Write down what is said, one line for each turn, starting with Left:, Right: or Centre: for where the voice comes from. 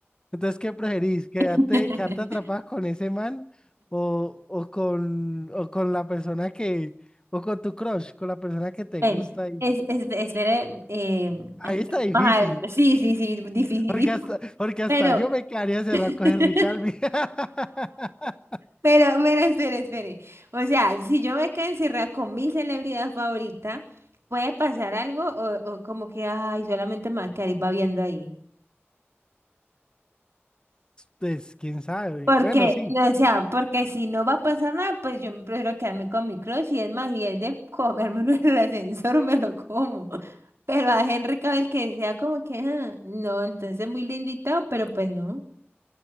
Left: Entonces, ¿qué preferís? ¿Quedarte,
Right: <laughs>
Left: quedarte atrapada con ese man o, o con, o con la persona que, o con tu crush, con la persona que te
Right: Ven,
Left: gusta? Y...
Right: es, es, espere, eh,
Left: Ahí está difícil,
Right: más algo. Sí, sí, sí, dificilísimo,
Left: porque hasta, porque hasta
Right: pero,
Left: yo me
Right: <laughs>
Left: quedaría cerrado con Henry Calvi. <laughs>
Right: pero, pero, espere, espere. O sea, si yo me quedo encerrada con mi celebridad favorita, ¿puede pasar algo o, o como que, ay, solamente me va a quedar babeando ahí?
Left: Pues, quién sabe.
Right: Porque,
Left: Bueno, sí,
Right: no, o sea, porque si no va a pasar nada, pues yo me prefiero quedarme con mi crush y es más, y es de comérmelo en el ascensor, <laughs> me lo como. Pero a Henry Cavill que sea como que, ah, no, entonces muy lindo y todo, pero pues no,